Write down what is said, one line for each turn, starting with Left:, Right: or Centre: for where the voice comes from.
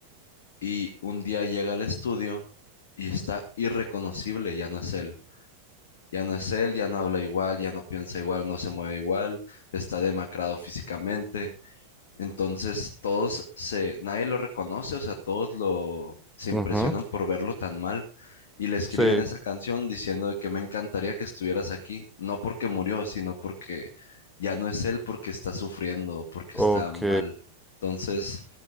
Left: y un día llega al estudio y está irreconocible, ya no es él. Ya no es él, ya no habla igual, ya no piensa igual, no se mueve igual, está demacrado físicamente entonces, todos se, nadie lo reconoce, o sea, todos lo, se impresionan
Centre: Ujú,
Left: por verlo tan mal y le escriben
Centre: Sí,
Left: esa canción diciendo de que me encantaría que estuvieras aquí, no porque murió, sino porque ya no es él porque está sufriendo, porque
Centre: ok.
Left: está mal. Entonces,